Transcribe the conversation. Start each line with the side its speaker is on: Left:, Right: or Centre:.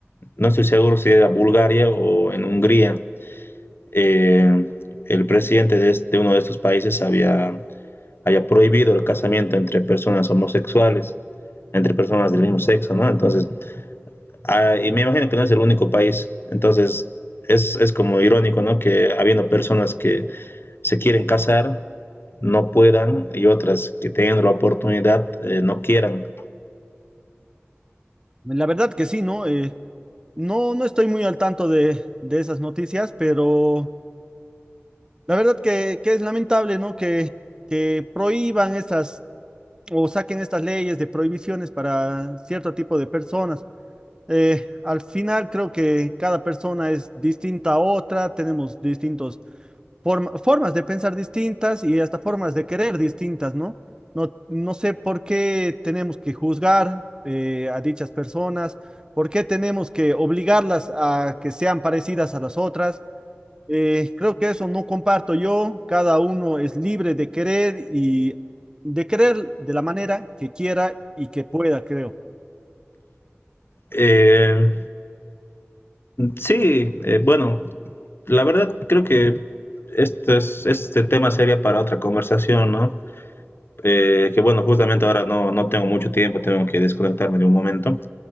Left: no estoy seguro si era Bulgaria o en Hungría, eh, el presidente de, este, de, uno de estos países había, había prohibido el casamiento entre personas homosexuales, entre personas del mismo sexo, ¿no? Entonces, Ah, y me imagino que no es el único país. Entonces, es, es como irónico, ¿no? Que habiendo personas que se quieren casar, no puedan, y otras que tengan la oportunidad, eh, no quieran.
Right: La verdad que sí, ¿no? Eh, no, no estoy muy al tanto de, de esas noticias, pero... La verdad que, que es lamentable, ¿no? Que, que prohíban estas o saquen estas leyes de prohibiciones para cierto tipo de personas. Eh, al final creo que cada persona es distinta a otra, tenemos distintos forma- formas de pensar distintas y hasta formas de querer distintas, ¿no? No, no sé por qué tenemos que juzgar eh, a dichas personas, por qué tenemos que obligarlas a que sean parecidas a las otras. Eh, creo que eso no comparto yo. Cada uno es libre de querer y de querer de la manera que quiera y que pueda, creo.
Left: Eh, sí, eh, bueno, la verdad creo que este, es- este tema sería para otra conversación, ¿no? Eh, que bueno, justamente ahora no, no tengo mucho tiempo, tengo que desconectarme de un momento.